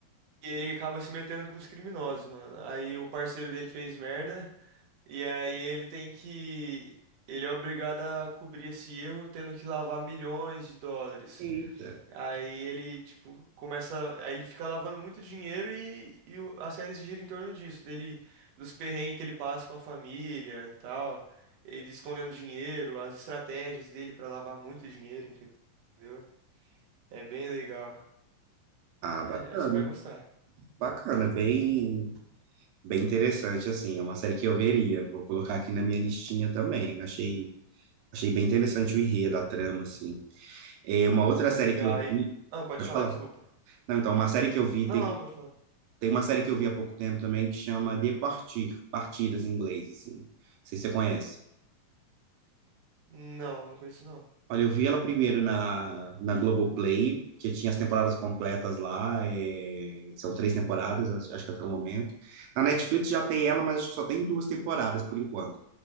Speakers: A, on the right (about 70°); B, on the right (about 85°).
A: e ele acaba se metendo com os criminosos, mano. Aí o parceiro dele fez merda e aí ele tem que. Ele é obrigado a cobrir esse erro, tendo que lavar milhões de dólares.
B: Eita.
A: Aí ele, tipo, começa. Aí ele fica lavando muito dinheiro e, e o- a série se gira em torno disso, dele, dos perrengues que ele passa com a família, tal. Ele escondendo dinheiro, as estratégias dele pra lavar muito dinheiro, entendeu? É bem legal.
B: Ah,
A: Mas
B: bacana.
A: é, acho que você vai gostar.
B: Bacana, bem, bem interessante assim. É uma série que eu veria. Vou colocar aqui na minha listinha também. Achei, achei bem interessante o enredo, a trama assim. É uma outra
A: É
B: série
A: legal.
B: que eu
A: Aí.
B: vi,
A: Ah, pode
B: pode
A: falar,
B: falar.
A: desculpa.
B: Não, então uma série que eu vi
A: Não,
B: tem
A: não, pode falar.
B: tem uma série que eu vi há pouco tempo também que chama De Partir, Partidas em inglês assim. Não sei se você conhece.
A: Não, não conheço não.
B: Olha, eu vi ela primeiro na, na Globoplay, que tinha as temporadas completas lá, é, são três temporadas, acho, acho que até o momento. Na Netflix já tem ela, mas acho que só tem duas temporadas por enquanto.